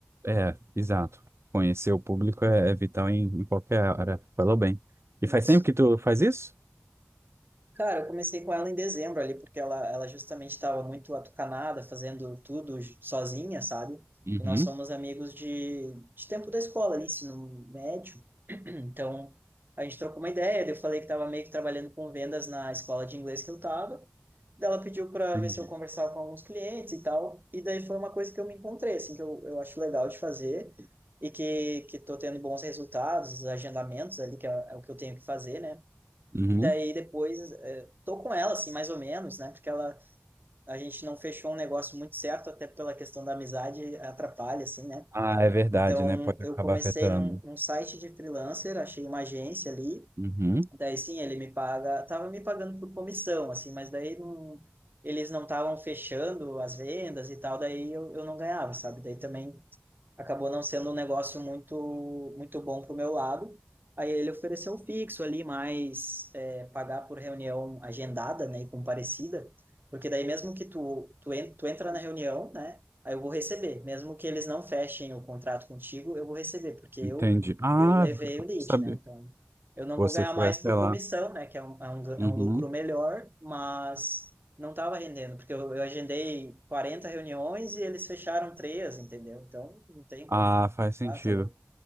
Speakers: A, on the right; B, on the right.
A: é, exato. Conhecer o público é, é vital em, em qualquer área. Falou bem. E
B: Isso.
A: faz tempo que tu faz isso?
B: Cara, eu comecei com ela em dezembro ali, porque ela, ela justamente estava muito atucanada, fazendo tudo sozinha, sabe?
A: Uhum.
B: E nós somos amigos de, de tempo da escola ali, ensino médio. <clears throat> Então, a gente trocou uma ideia, daí eu falei que estava meio que trabalhando com vendas na escola de inglês que eu estava. Daí ela pediu para
A: Entendi.
B: ver se eu conversava com alguns clientes e tal. E daí foi uma coisa que eu me encontrei, assim, que eu, eu acho legal de fazer e que que tô tendo bons resultados, os agendamentos ali, que é, é o que eu tenho que fazer, né?
A: Uhum.
B: E daí depois eh, tô com ela, assim, mais ou menos, né? Porque ela, a gente não fechou um negócio muito certo, até pela questão da amizade, atrapalha, assim, né?
A: Ah, é verdade,
B: Então,
A: né? Pode
B: eu
A: acabar
B: comecei
A: afetando.
B: num, num site de freelancer, achei uma agência ali.
A: Uhum.
B: Daí, sim, ele me paga, tava me pagando por comissão, assim, mas daí não, eles não estavam fechando as vendas e tal, daí eu, eu não ganhava, sabe? Daí também acabou não sendo um negócio muito muito bom para o meu lado. Aí ele ofereceu um fixo ali, mas é, pagar por reunião agendada, né, e comparecida, porque daí mesmo que tu, tu, en tu entra na reunião, né, aí eu vou receber, mesmo que eles não fechem o contrato contigo, eu vou receber, porque eu,
A: Entendi. Ah,
B: eu levei o lead,
A: sabe.
B: né, então eu não
A: Você
B: vou ganhar
A: foi
B: mais
A: até
B: por
A: lá.
B: comissão, né, que é um, é um,
A: Uhum.
B: é um lucro melhor, mas não estava rendendo, porque eu, eu agendei 40 reuniões e eles fecharam três, entendeu? Então, não tem
A: Ah,
B: como.
A: faz sentido.
B: Ah, tá louco.